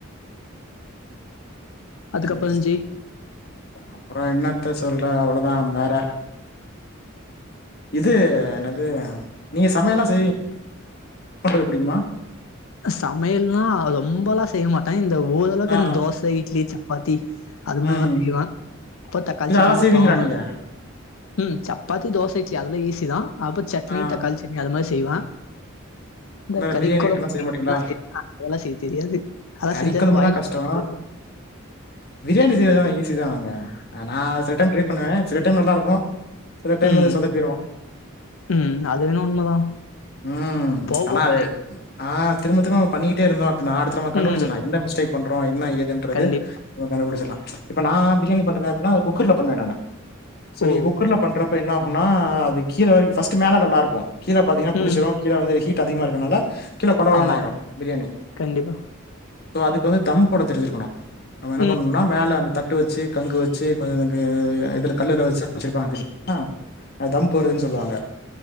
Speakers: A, on the left; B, on the left.
A: அதுக்கப்புறம்
B: சேரி
A: இருந்துச்சு,
B: சேரி அப்பறோ என்னத்த சொல்ற அவளதா வேற இது என்னது நீங்க சமையல்லா செய்வீங் பண்றது பிடிக்குமா
A: சமையல்னா ரொம்பல்லா செய்ய மாட்டே இந்த ஓரளவுக்கு
B: ஆ
A: இந்த தோச இட்லி சப்பாத்தி அது மாதிரிதா
B: ம்
A: செய்யுவே அப்ப தக்காளி
B: இது
A: சட்னி
B: அதெல்லா
A: வெப்போ
B: செய்வீங்களா
A: அவ்ளதா
B: நீங்க
A: ம் சப்பாத்தி தோச இட்லி அதெல்லாம் ஈஸி தா அப்ப சட்னி
B: ஆ
A: தக்காளி சட்னி அது மாரி செய்வே இந்த
B: வேற
A: கறி
B: பிரியாணி
A: கொழம்பு
B: ஐட்டம்லா செய்ய மாட்டீங்களா
A: அதெல்லா செய்ய தெரியாது ஆனா
B: கறி
A: செஞ்சா
B: கொழம்புதா
A: வாயில
B: கஷ்டோ
A: வைக்க முடியாது
B: பிரியாணி செய்றதெல்லா ஈஸி தான்ங்க நா சில டைம் ட்ரை பண்ணுவே சில டைம் நல்லா இருக்கும் சில டைம்
A: ம்.
B: வந்து சொதப்பீரும்
A: ம். அது வேணா உண்மதான்.
B: ம்
A: போக போக
B: அத
A: பழகிடும்.
B: ஆ திரும்ப திரும்ப பண்ணிட்டே இருந்தோ அப்டின்னா அடுத்து நம்ம கண்டுபுடிச்சர்லா
A: ம்.
B: என்ன மிஸ்டேக் பண்றோ என்ன ஏதுன்னு ன்றது
A: கண்டிப்
B: கண்டுபிடுச்சறலாம் இப்ப நா பிரியாணி பண்றேன்னா குக்கர்ல பண்ணுவே நானு சோ
A: ஓ!
B: நீங்க குக்கர்ல பண்றப்ப என்ன ஆகுனா அது கீழ வரைக்கும் பர்ஸ்ட் மேல நல்லா இருக்கும் கீழ பாத்தீங்கன்னா புடிச்சுரும்
A: ம்.
B: கீழ வந்து ஹீட் அதிகமா இருக்கனால கீழ கொலகொலனு
A: ஆமா.
B: ஆயிரும் பிரியாணி
A: கண்டிப்பா.
B: சோ அதுக்கு வந்து தம்போட தெரிஞ்சிருக்கணும் நம்ம என்ன
A: ம்.
B: பண்ணனுன்னா மேல அந்த தட் ட்டு வச்சு கங்கு வச்சு கொஞ்ச இதுல கல்லுல வச்சு வச்சிருப்பாங்க தெரியுமா அது தம் போட்றதுன் சொல்லுவாங்க